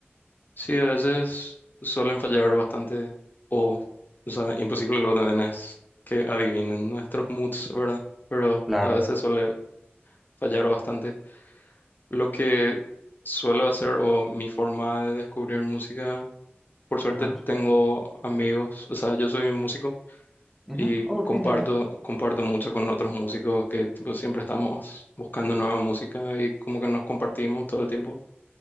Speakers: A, on the left (about 50°); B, in the centre.
A: Sí, a veces suelen fallar bastante o, o sea, imposible luego también es que adivinen nuestros moods, ¿verdad? Pero
B: Claro.
A: a veces suele fallar bastante. Lo que suelo hacer o mi forma de descubrir música, por suerte
B: Ajá.
A: tengo amigos, o sea, yo soy un músico
B: Ujú.
A: y
B: Oh,
A: comparto,
B: qué genial.
A: comparto mucho con otros músicos que tipo, siempre estamos buscando nueva música y como que nos compartimos todo el tiempo.